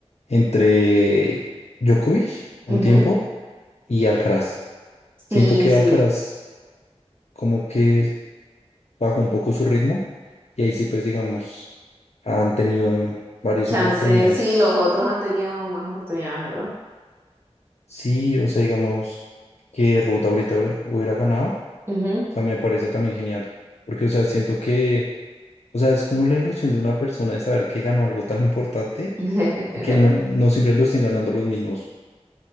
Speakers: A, on the left; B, on the right.
A: Entre Djokovic, un
B: Ujú.
A: tiempo, y Alcaraz.
B: Sí,
A: Siento que
B: sí,
A: Alcaraz como que bajó un poco su ritmo y ahí sí, pues digamos, han tenido varias
B: chance,
A: oportunidades.
B: sí, los otros han tenido más oportunidades, ¿verdad?
A: Sí, o sea, digamos que Ruta ahorita hubiera hubiera ganado.
B: Ujú.
A: O sea, me parece también genial, porque, o sea, siento que O sea, es como la ilusión de una persona de saber que ganó algo tan importante
B: <laughs> Es
A: y que
B: verdad.
A: no, no siempre lo estén ganando los mismos.